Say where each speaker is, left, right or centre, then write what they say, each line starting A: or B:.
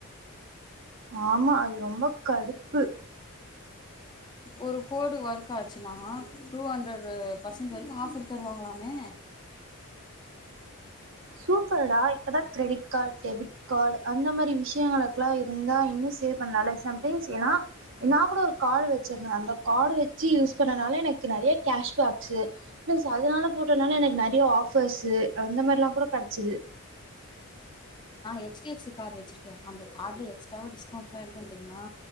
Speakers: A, on the right; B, on the left.
A: ஆமா அது ரொம்ப கடுப்பு
B: ஒரு கோடு ஒர்க் ஆச்சுன்னா டூ ஹண்ட்ரட் பர்சன்ட் வரைக்கும் ஆஃபர் தருவாங்களாமே
A: சூப்பர்டா அத்தா கிரெடிட் கார்டு டெபிட் கார்டு அந்த மாரி விஷ் விஷயங்கலுக்கெல்லா இருந்தா இன்னும் சேவ் பண்ணல இல்ல சம்டைம்ஸ் ஏன்னா நாகூட ஒரு கார்டு வெச்சிரு அந்த கார்டு வெச்சு யூஸ் பண்ணனால எனக்கு நெறைய கேஷ்பேக்ஸு பிளஸ் அதனால போட்டனால எனக்கு நெறையா ஆஃபர்ஸ்ஸு அந்த மாரிலா கெடச்சது
B: H D F C card வெச்சிருக்கே அந்த கார்டுல எக்ஸ்டரவா டிஸ்கௌண்ட்டுலா இருக்கோ தெரியுமா